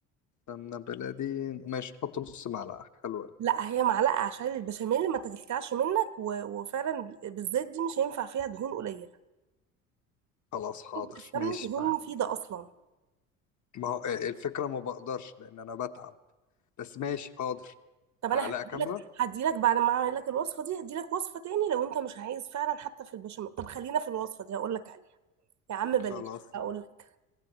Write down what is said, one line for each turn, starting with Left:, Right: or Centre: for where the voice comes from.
Left: سمنة بلدي ماشي نحط نص معلقة حلوة أوي.
Right: لا هي معلقه عشان البشاميل ما تكلكعش منك و... وفعلا بالذات دي مش هينفع فيها دهون قليله
Left: خلاص حاضر
Right: السمنه
Left: ماشي
Right: دهون
Left: معاك
Right: مفيده اصلا
Left: ما هو إيه، الفكرة ما بقدرش لأن أنا بتعب بس ماشي حاضر
Right: طب
Left: معلقة
Right: انا هديلك
Left: كاملة
Right: هديلك بعد ما اعمل لك الوصفه دي هديلك وصفه تاني لو انت مش عايز فعلا حتى في البشاميل طب خلينا في الوصفه دي هقول لك عليها يا عم بلاش
Left: خلاص
Right: هقول لك